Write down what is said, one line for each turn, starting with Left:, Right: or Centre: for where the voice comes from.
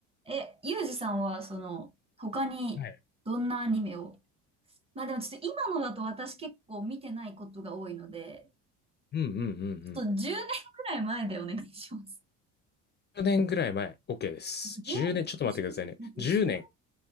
Right: え、ユージさんは、その、他にどんなアニメを
Left: はい。
Right: まあでもちょっと今のだと私結構見てないことが多いので、
Left: うんうんうんうん。
Right: ちょっと10年くらい前でお願いします。
Left: 10年ぐらい前、OK です。
Right: 10、
Left: 10年、ちょっと待ってくださいね。
Right: 10、待って、
Left: 10年。
Right: 10、